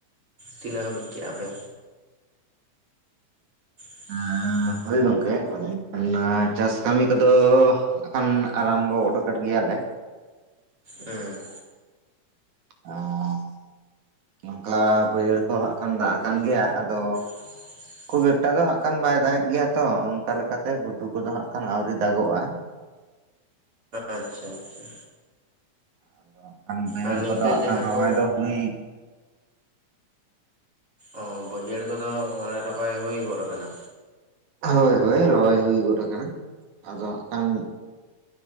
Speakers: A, on the right (about 45°); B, on the right (about 80°).
A: ᱛᱤᱱᱟᱹᱜ ᱦᱟᱹᱵᱤᱡ ᱠᱟᱜ-ᱟ ᱯᱮ? <inaudible>
B: ᱮᱸ ᱦᱳᱭ ᱜᱚᱢᱠᱮ ᱚᱱᱟ ᱪᱟᱥ ᱠᱟᱢᱤ ᱠᱚᱫᱚ᱾ ᱮᱠᱷᱚᱱ ᱟᱨᱟᱢᱵᱚ ᱚᱰᱚ ᱠᱮᱫ ᱜᱮᱭᱟᱞᱮ᱾
A: ᱮᱸ᱾
B: ᱚᱸ᱾ ᱱᱚᱝᱠᱟ ᱵᱟᱹᱭᱦᱟᱹᱲ ᱠᱚ ᱦᱟᱸᱜ ᱠᱷᱟᱱ ᱫᱟᱜ ᱟᱠᱟᱱ ᱜᱮᱭᱟ ᱟᱫᱚ᱾
A: ᱛᱚ᱾
B: ᱠᱷᱩᱵ ᱮᱠᱴᱟ ᱫᱚ ᱦᱟᱸᱜ ᱠᱷᱟᱱ ᱵᱟᱭ ᱫᱟᱜᱮᱫ ᱜᱮᱭᱟ ᱛᱚ ᱚᱱᱠᱟ ᱞᱮᱠᱟᱛᱮ ᱜᱷᱩᱴᱩ ᱠᱚᱫᱚ ᱦᱟᱸᱜ ᱠᱷᱟᱱ ᱟᱣᱨᱤ ᱫᱟᱜᱚᱜ-ᱟ᱾
A: ᱟᱪᱪᱷᱟ ᱟᱪᱪᱷᱟ᱾
B: ᱟᱫᱚ ᱦᱟᱸᱜ ᱠᱷᱟᱱ ᱵᱟᱹᱭᱦᱟᱹᱲ
A: ᱟᱨ ᱱᱤᱝᱠᱟᱹ
B: ᱠᱚᱫᱚ ᱦᱟᱸᱜ
A: ᱡᱟᱦᱟᱸ
B: ᱠᱷᱟᱱ ᱨᱚᱦᱚᱭ
A: ᱠᱚ
B: ᱫᱚ ᱦᱩᱭ
A: ᱚ ᱵᱟᱹᱭᱦᱟᱹᱲ ᱠᱚᱫᱚ ᱚᱱᱮ ᱨᱚᱦᱚᱭ ᱦᱩᱭ ᱜᱚᱫ ᱠᱟᱱᱟ?
B: ᱦᱳᱭ ᱦᱳᱭ ᱨᱚᱦᱚᱭ ᱦᱩᱭ ᱜᱚᱴ ᱟᱠᱟᱱᱟ ᱟᱫᱚ ᱦᱟᱜ ᱠᱷᱟᱱ